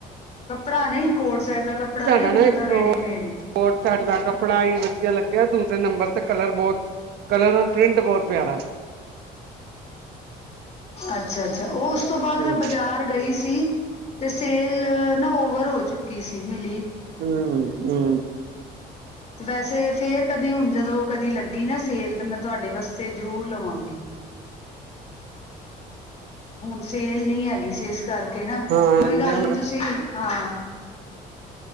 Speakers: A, on the left; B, on the right.
A: ਕੱਪੜਾ ਨਹੀਂ ਕੋਟ ਸਾਈਡ ਦਾ। ਕੱਪੜਾ
B: ਤੁਡਾ
A: ਨਹੀਂ
B: ਨਾ
A: ਮਤਲਬ
B: ਇੱਕ
A: ਰੇਡੀਮੇਡ
B: ਕੋ
A: ਹੀ
B: ਕੋਟਸੇਟ ਦਾ ਕੱਪੜਾ ਹੀ ਵਧੀਆ ਲੱਗਿਆ ਦੂਸਰੇ ਨੰਬਰ ਤੇ ਕਲਰ ਬੋਰਡ। ਕਲਰ। ਪ੍ਰਿੰਟ ਬਹੁਤ ਪਿਆਰਾ
A: ਅੱਛਾ ਅੱਛਾ ਉਹ ਉਸ ਤੋਂ ਬਾਅਦ ਮੈਂ
B: ਹੂੰ
A: ਬਾਜ਼ਾਰ ਗਈ ਸੀ ਤੇ ਸੇਲ। ਨਾ ਓਵਰ ਹੋ ਚੁੱਕੀ ਸੀ ਮਿਲ।
B: ਹਮ ਹਮ।
A: ਤੇ ਵੈਸੇ ਫਿਰ ਕਦੀ ਹੁਣ ਜਦੋਂ ਕਦੀ ਲੱਗੀ ਨਾ ਸੇਲ ਤੇ ਮਤਲ। ਤੁਹਾਡੇ ਵਾਸਤੇ ਜ਼ਰੂਰ ਲਵਾਂਗੀ ਹੁਣ ਸੇਲ ਨਹੀਂ ਹੈਗੀ ਸਿ। ਕਰਕੇ ਨਾ
B: ਹਾਂ
A: ਕੋਈ
B: ਲੈਂਦੇ
A: ਗੱਲ ਨੀ ਤੁਸੀਂ ਹਾਂ।